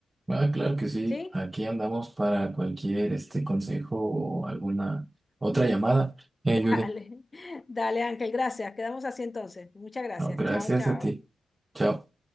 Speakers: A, on the right (about 25°); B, on the left (about 20°).
A: Ah, claro que sí.
B: ¿sí?
A: Aquí andamos para cualquier este consejo o alguna otra llamada. Eh,
B: Dale,
A: Judy.
B: <laughs> dale Ángel, gracias. Quedamos así entonces. Muchas gracias.
A: No, gracias
B: Chao, chao.
A: a ti. Chao.